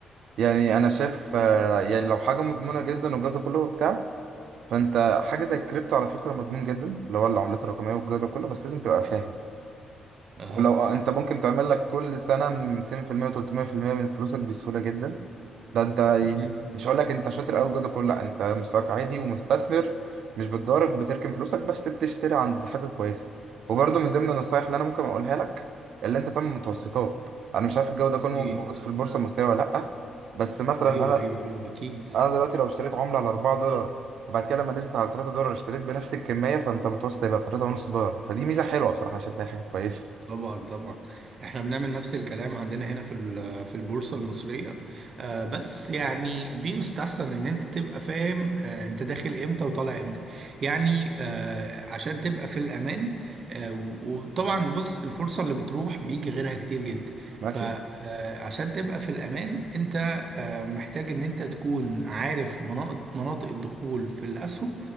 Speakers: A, on the right (about 75°); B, on the right (about 50°).
A: يعني انا شايف آه، يعني لو حاجه مضمونه جدا والجو ده كله وبتاع فانت حاجه زي الكريبتو على فكره مضمون جدا اللي هو العملات الرقميه والجو ده كله بس لازم تبقى فاهم
B: اها
A: ولو آه، انت ممكن تعمل لك كل سنه 200% و300% من فلوسك بسهوله جدا ده انت يعني
B: مهم.
A: مش هقول لك انت شاطر قوي جدا كله لا انت مستواك عادي ومستثمر مش بتضارب بتركن فلوسك بس بتشتري عند حتت كويسه وبرده من ضمن النصايح اللي انا ممكن اقولها لك اللي انت تعمل متوسطات انا مش عارف الجو ده كله
B: اكيد
A: موجود في البورصه المصريه ولا لا بس مثلا
B: ايوه
A: انا
B: ايوه ايوه اكيد
A: انا دلوقتي لو اشتريت عمله على 4 دولار وبعد كده لما نزلت على 3 دولار اشتريت بنفس الكميه فانت متوسط هيبقى 3.5 دولار فدي ميزه حلوه بصراحه انا شايف إن هي حاجه كويسه
B: طبعا طبعا احنا بنعمل نفس الكلام عندنا هنا في ال- في البورصة المصرية آه، بس يعني بيستحسن ان انت تبقى فاهم آه، انت داخل امتى وطالع امتى يعني آه، عشان تبقى في الامان آه، و- وطبعا بص الفرصة اللي بتروح بيجي غيرها كتير جدا
A: ماشي
B: فعشان تبقى في الامان انت آه، محتاج ان انت تكون عارف مناطق مناطق الدخول في الاسهم